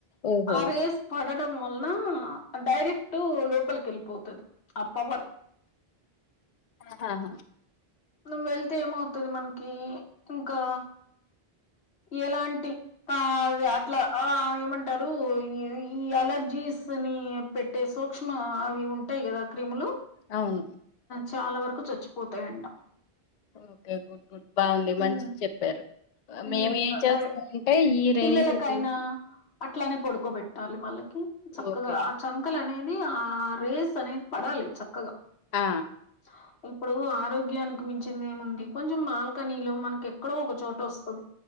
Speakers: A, on the left; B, on the left.
A: ఓహో
B: అవి పడడం వలన డైరెక్ట్ లోపలికి వెళ్ళిపోతుంది ఆ పవర్
A: ఆహాహా
B: నవ్వు వెళ్తే ఏమవుతుది మనకి ఇంకా ఎలాంటి ఆ అ అట్లా ఏమంటారు ఈ ఈ అలర్జీస్ ని పెట్టే సూక్ష్మ అవి ఉంటాయి కదా క్రిములు
A: అవును
B: చాలా వరకు చచ్చిపోతాయంట
A: ఓకే గుడ్ గుడ్ బాగుంది మంచి
B: ఉమ్
A: చెప్ చెప్పారు
B: ఉమ్
A: మేము ఏం చేస్తామంటే
B: డై
A: ఈ రైనీ
B: పిల్లలకైనా
A: సీజన్
B: అట్లానే పడుకోబెట్టాలి వాళ్ళకి చక్కగా
A: ఓకే
B: ఆ చ మక్కల అనేది ఆ రేస్ అనేది పడాలి చక్కగా
A: ఆ
B: స ఇప్పుడు ఆరోగ్యానికి మించింది ఏముంది కొంచెం బాల్కనీ లో మనకి ఎక్కడో ఒక చోట వస్తుంది